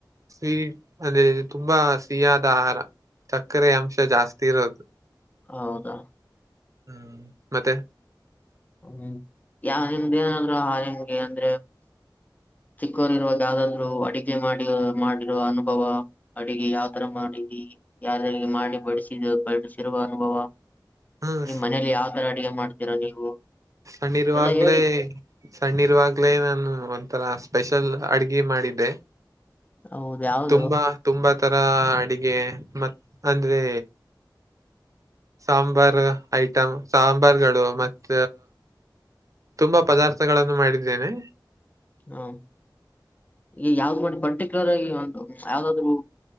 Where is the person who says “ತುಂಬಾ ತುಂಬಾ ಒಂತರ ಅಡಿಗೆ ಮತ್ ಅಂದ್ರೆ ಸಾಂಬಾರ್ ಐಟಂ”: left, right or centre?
Right